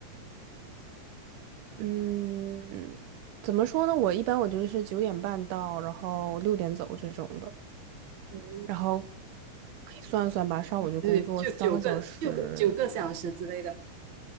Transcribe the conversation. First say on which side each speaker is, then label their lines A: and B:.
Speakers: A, on the right; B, on the right.
A: 嗯，怎么说呢？我一般我就是九点半到，然后六点走这种的，
B: 嗯，
A: 然后可以算算吧，上午就工作三个小时。
B: 对，就九个、六个、九个小时之类的。